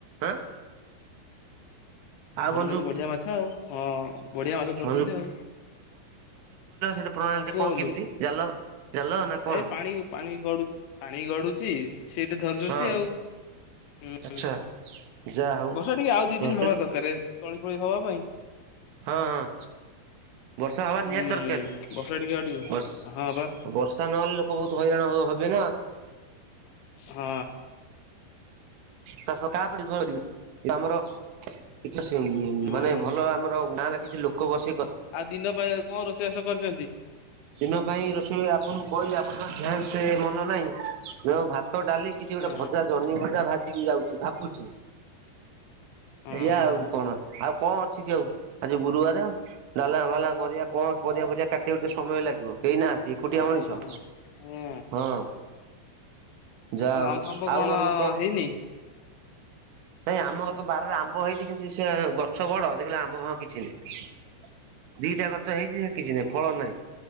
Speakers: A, on the right (about 75°); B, on the left (about 75°).
A: ହାଁ
B: ଧରୁଛନ୍ତି
A: ବନ୍ଧୁ
B: ବଢିଆ ମାଛ ଆଉ ହଁ ବଢିଆ ମାଛ ଧରୁଛନ୍ତି
A: ବନ୍ଧୁ
B: ଆଉ।
A: ଟେ ପ୍ରଣାଳୀ
B: ହଁ
A: ଟା
B: କୁହ
A: କଣ
B: ବନ୍ଧୁ।
A: କେମିତି? ଜାଲ ଜାଲ ନା କଣ
B: ଏ ପାଣି ପାଣି ଗଡୁ ପାଣି ଗଡୁଛି ସେଟେ ଧରୁଛନ୍ତି
A: ହଁ
B: ଆଉ। ହୁଁ
A: ଆଚ୍ଛା ଯାହା ହଉ
B: ବର୍ଷା ଟିକେ ଆଉ ଦି
A: ଧରିଛନ୍ତି
B: ଦିନ ହବା ଦରକ ତଳି ଫଳି ହବା ପାଇଁ।
A: ହଁ ହଁ। ବର୍ଷା ହବା ନିହାତି
B: ହୁଁ
A: ଦରକାର
B: ବର୍ଷା ଟିକେ ଆଉ ଟିକେ
A: ବର
B: ହଁ ବା
A: ବର୍ଷା ନହେଲେ ଲୋକ ବହୁତ ହଇରାଣ ହେବେ ନା।
B: ହଁ।
A: ତସ କାପଡି ଭରିବ। ଆମର କିଛି
B: ହୁଁ
A: ମାନେ ଭଲ ଆମର ଗାଁରେ କିଛି ଲୋକ ବସିକ
B: ଆଉ ଦିନ ପାଇଁ କଣ ରୋଷେଇବାଷ କରିଛ?
A: ଦିନ ପାଇଁ ରୋଷେଇ ଆପଣଙ୍କୁ କହିଲି ଆପଣଙ୍କ <unintelligible> ସେ ମନ ନାହିଁ। ମୁ ଭାତ ଡାଲି କିଛି
B: ହଁ
A: ଗୋଟେ ଭଜା ଜହ୍ନି ଭଜା ଭାଜି ଯାଉଛି ଭାବୁଛି।
B: ହଁ
A: ଏଇଆ
B: ହଁ
A: ଆଉ କଣ ଆଉ କଣ ଅଛି କି ଆଉ ଆଜି ଗୁରୁବାର। ଡାଲା ଭାଲା କରିବା କଣ କରିବାଆ କାଟିବା ସମୟ ଲାଗିବ କେହି ନାହାନ୍ତି ଏ କୋଟିଆ
B: ହଁ
A: ମଣିଷ।
B: ହଁ। ହୁଁ
A: ହଁ। ଯାହା
B: ଆଉ
A: ହଉ
B: ଆମ୍ବ ଫାମ୍ବ
A: ଆଉ
B: କଣ
A: ବନ୍ଧୁ
B: ହେଇନି?
A: ଭାଇ ଆମର ତ ବାରିରେ ଆମ୍ବ ହେଇଛି କିନ୍ତ ସେ ଗଛ ବଡ ଦେଖିଲା ବେଳକୁ ଆମ୍ବ ଫାମ୍ୱ କିଛି କିଛି ନାଁ ଦିଟା ଗଛ ହେଇଛି ସେ କିଛି ନାହିଁ ଫଳ ନାହିଁ।